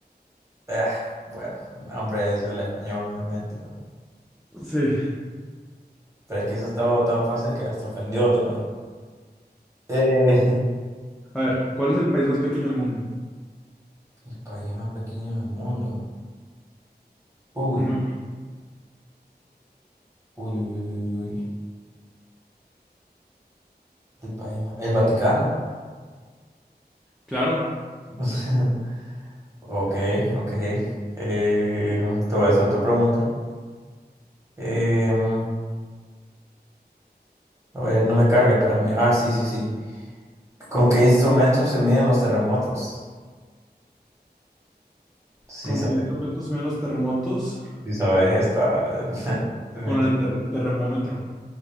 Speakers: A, on the right; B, in the centre.
A: Ah, bueno, no, hombre, es el español, obviamente. ¿no?
B: Sí.
A: Pero es que eso estaba tan fácil que hasta ofendió también. Eh,
B: A ver, ¿cuál es el país más pequeño del mundo?
A: <laughs> el país más pequeño del mundo. Uy,
B: Muy-
A: uy, uy, uy, uy. uy. El país más... El Vaticano.
B: claro.
A: <laughs> Ok, ok. Eh, te voy a hacer otra pregunta. Em, a ver, no me carga, espérame. Ah, sí, sí, sí. ¿Con qué instrumentos se miden los terremotos? Si
B: ¿Con
A: sabes,
B: qué instrumento se miden los terremotos?
A: si sabes esta. <laughs> definitiv-
B: Con el ter- termómetro.